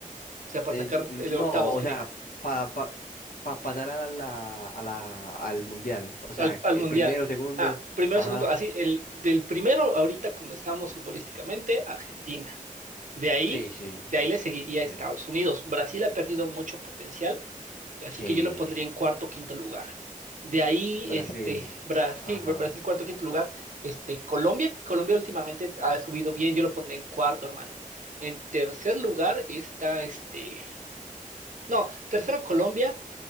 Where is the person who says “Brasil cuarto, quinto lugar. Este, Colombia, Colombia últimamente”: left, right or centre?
Right